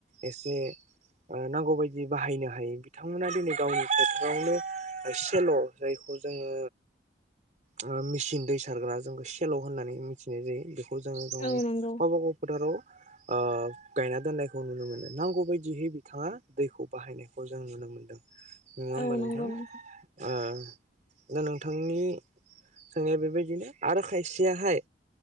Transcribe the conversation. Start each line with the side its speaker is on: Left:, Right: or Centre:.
Right: एसे ओ नांगौबायायदि बाहायनो हायो बिथांमोना दिनै गावनि फोथारावनो ओ सेल' जायखौ जोङो उम मेचिन दै सारग्रा जोंखौ सेल' होननानै मिथिनाय जायो बेखौ खौ जोङो गावनि
Left: औ नंगौ
Right: गावबा गाव फोथाराव ओ गायना दोननायखौ नुनो मोनो नांगौ बायदियै बिथाङा दैखौ बाहायनायखौ जों नुनो मोनदों। नङा
Left: औ
Right: होमबा
Left: नंगौ
Right: नोंथां ओ
Left: नों
Right: दा नोंथांनि सोंनाया बेबायदिनो आरो खायसेयाहाय